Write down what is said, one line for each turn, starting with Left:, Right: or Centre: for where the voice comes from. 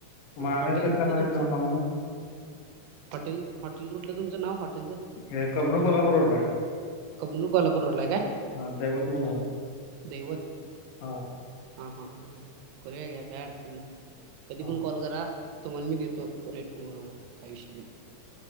Left: म आणायच
Right: हॉटेल
Left: कस
Right: कुठलं
Left: काय म
Right: तुमचं
Left: इथन लामन
Right: हॉटेल, हॉटेल कुठलं तुमंच, नाव हॉटेलचं
Left: हे कबनू कोल्हापूर रोडला हाय.
Right: कबनू कोल्हापूर रोडला हाय काय?
Left: हा दैवत म्हणून
Right: देवत
Left: हा,
Right: हा हा हा ह करूया की, काय अडचण नाय, कधी
Left: हा
Right: पण कॉल करा तुम्हाला मी देतो, रेटनं बरोबर, काय विषय नाय,